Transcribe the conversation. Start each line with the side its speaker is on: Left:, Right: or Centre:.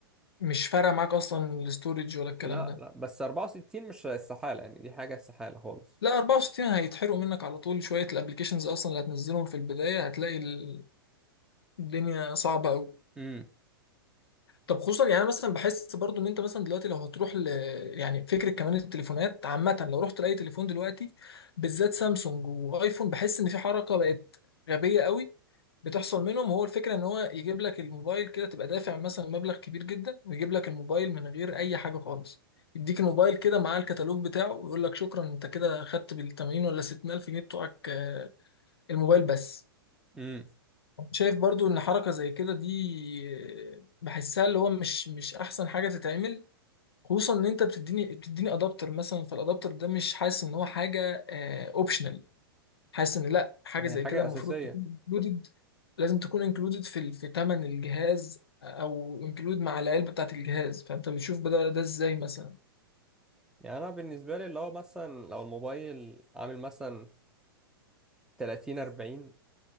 Left: مش فارقه معاك اصلا الاستورج ولا الكلام
Centre: لا
Left: ده
Centre: لا بس 64 مش استحالة يعني دي حاجة استحالة خالص
Left: لا 64 هيتحرقوا منك على طول شويه الابلكيشنز اصلا اللي هتنزلهم في البدايه هتلاقي ال- الدنيا صعبه قوي
Centre: امم
Left: طب خصوصا يعني أنا مثلا بحس برضو ان انت مثلا دلوقتي لو هتروح ل... يعني فكره كمان التليفونات عامه لو رحت لاي تليفون دلوقتي بالذات سامسونج وايفون بحس ان في حركه بقت غبيه قوي بتحصل منهم هو الفكره ان هو يجيب لك الموبايل كده تبقى دافع مثلا مبلغ كبير جدا ويجيب لك الموبايل من غير اي حاجه خالص يديك الموبايل كده مع الكتالوج بتاعه ويقول لك شكرا انت كده خدت بال 80 ولا 60 الف جنيه بتوعك آه، الموبايل بس
Centre: امم
Left: شايف برضو ان حركه زي كده دي بحسها اللي هو مش مش احسن حاجه تتعمل خصوصا ان انت بتديني بتديني ادابتر مثلا فالادابتر ده مش حاسس ان هو حاجه اوبشنال حاسس ان لا حاجه
Centre: هي
Left: زي
Centre: حاجة
Left: كده المفروض
Centre: أساسية
Left: تكون انكلودد لازم تكون انكلودد في ال- في ثمن الجهاز او انكلود مع العلبه بتاعت الجهاز فانت بتشوف ده ده ازاي مثلا
Centre: يعني أنا بالنسبة لي اللي هو مثلا لو الموبايل عامل مثلا 30 40